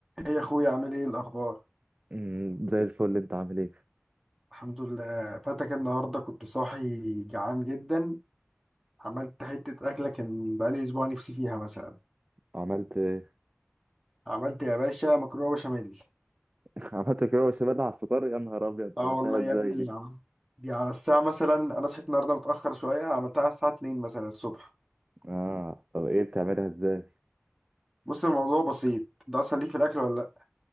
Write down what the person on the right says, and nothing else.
أمم، زي الفل انت عامل ايه
عملت ايه؟
<laughs> عملت كده بشاميل على الفطار يا نهار ابيض
عملتها
ازاي
دي
اه طب ايه بتعملها ازاي